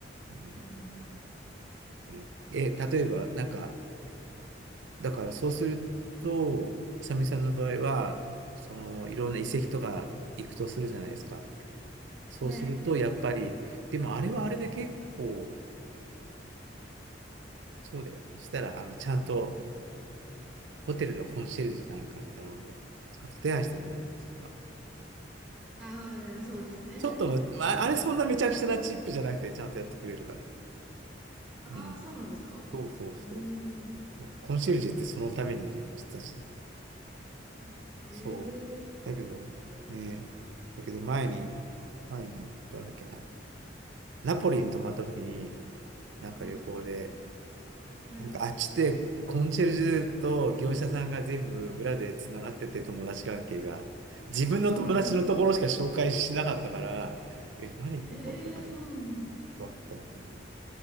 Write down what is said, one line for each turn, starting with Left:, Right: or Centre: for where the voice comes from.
Right: うん。
Centre: うん。
Right: ねえ、例えば、なんか、だからそうすると、さみさんの場合は、その、いろんな遺跡とか行くとするじゃないですか。そうすると、
Centre: うん。はい。
Right: やっぱり、でもあれはあれで結構、そうだよ。そしたら、あの、ちゃんと、ホテルのコンシェルジュかなんかに頼んで、ちゃんと手配してもらうんです、それは。
Centre: ああ、そうですね。
Right: ちょっとの、まあ、
Centre: うん。
Right: あれそんなめちゃくちゃなチップじゃなくて、ちゃんとやってくれるから。
Centre: ああ、
Right: うん。
Centre: そうなんですか。
Right: そうそうそう。
Centre: うーん。
Right: そうコンシェルジュってそのためにいる人たちだ。
Centre: あへえ、
Right: そう。
Centre: じゃあやってもらおう。
Right: だけど、ねだけど前に、前に、どうなんだっけな。ナポリに泊まった時に、なんか旅行で、
Centre: はい、はい。
Right: なんかあっちってコンシェルジュと業者さんが全部裏でつながってて友達関係が。自分の友達のところしか紹介しなかったから、
Centre: ええ、
Right: え、何こことかいっ
Centre: ええ、そうなんだ。
Right: ぱいあった。うん。